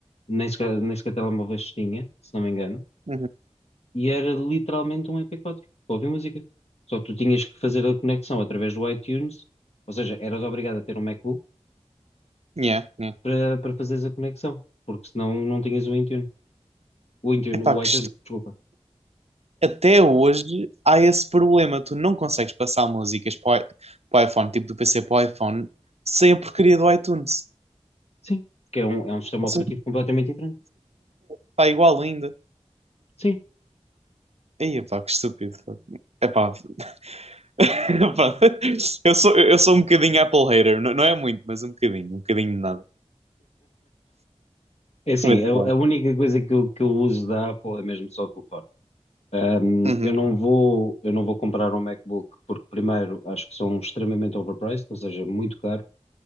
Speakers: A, on the left; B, on the right.
A: nem sequer, nem sequer telemóveis tinha, se não me engano,
B: Uhum.
A: e era literalmente um MP4 para ouvir música. Só que tu tinhas que fazer a conexão através do iTunes, ou seja, eras obrigado a ter um MacBook
B: Yeah, yeah.
A: para, para fazeres a conexão, porque senão não tinhas o iTunes. O iTunes,
B: Epá,
A: o
B: que
A: iTunes, desculpa.
B: até hoje há esse problema. Tu não consegues passar músicas para o i- para o iPhone, tipo do PC para o iPhone, sem a porcaria do iTunes.
A: Sim, que é um, é um sistema
B: Ou seja,
A: operativo completamente diferente.
B: está igual ainda.
A: Sim.
B: Aí, pá, que estúpido. pá. Epá, <laughs> pá, eu sou, eu sou um bocadinho Apple hater, não, não é muito, mas um bocadinho, um bocadinho de nada.
A: É assim,
B: Mas
A: a, a
B: pronto.
A: única coisa que eu, que eu uso da Apple é mesmo só o telefone. Um,
B: Uhum.
A: eu não vou, eu não vou comprar um MacBook porque, primeiro, acho que são extremamente overpriced, ou seja, muito caro.